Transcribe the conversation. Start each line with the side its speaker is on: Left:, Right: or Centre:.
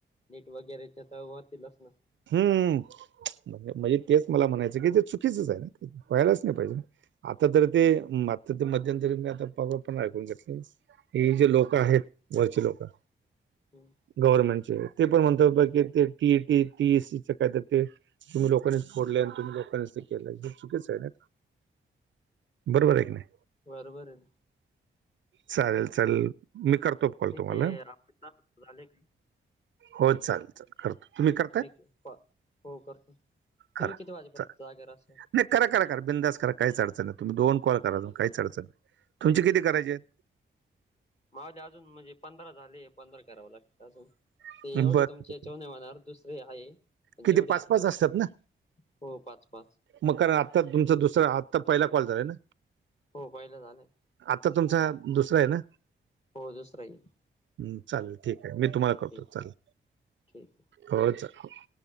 Left: नीट वगैरेच्या तर व्हतीलच ना.
Right: हम्म, म्हणजे
Left: हम्म
Right: तेच मला म्हणायचं की ते चुकीचच आहे,, व्हायलाच नाही पाहिजे. आता तर ते, मागचं ते मध्यंतरी मी आता प पण ऐकून घेतलं. ही जे लोकं आहेत, वरची लोकं
Left: हम्म.
Right: गव्हर्नमेंटचे, ते पण म्हणतात
Left: हो
Right: की ते टीईटी, टीईसीच का काय तर ते तुम्ही लोकांनीच फोडलय आणि तुम्ही लोकांनीच ते केलंय, हे चुकीच आहे ना. बरोबर आहे क नाही.
Left: बरोबर आहे.
Right: चालेल चालेल, मी करतो कॉल
Left: ठीक
Right: तुम्हाला.
Left: आहे आपले दहा मिनिट झाले का
Right: हो चालेल चालेल. करतो, तुम्ही क
Left: मी हो करतो, तुम्ही
Right: करा
Left: किती वाजेपर्यंत
Right: चालेल
Left: जागे राहसाल?
Right: नाही करा करा करा बिंदास करा काहीच अडचण नाही, तुम्ही दोन कॉल करा अजून,
Left: ठीक
Right: काहीच अडचण नाही, तुमची
Left: ठीक
Right: किती
Left: आहे.
Right: करायचेत?
Left: माझे अजून म्हणजे पंधरा झाले, पंधरा करावं लागतेत अजून.
Right: आहेत
Left: ते एवढे
Right: बरं
Left: तुमचे याच्यावर नाही होणार, दुसरे आहे. अन्
Right: किती
Left: जेवढे
Right: पाच
Left: आत्ता
Right: पाच
Left: होतील,
Right: असतात ना
Left: हो पाच पाच.
Right: मग करा आत्ता तुमचा दुसरा आत्ता पहिला कॉल झालाय ना.
Left: हो पहिला झालाय.
Right: आता तुमचा दुसरा आहे ना.
Left: हो दुसरा येईल
Right: हम्म चालेल ठीक आहे, मी तुम्हाला करतो
Left: ठीक
Right: चालेल.
Left: ठीक आहे.
Right: हो चालेल.